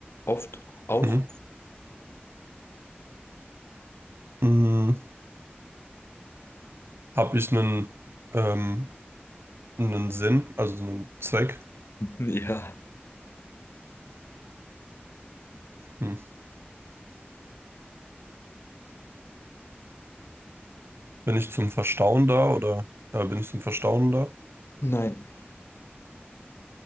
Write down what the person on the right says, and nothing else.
Hm.
Hm. Habe ich einen, ähm, einen Sinn, also einen Zweck?
Hm. Bin ich zum Verstauen da oder äh, bin ich zum Verstauen da?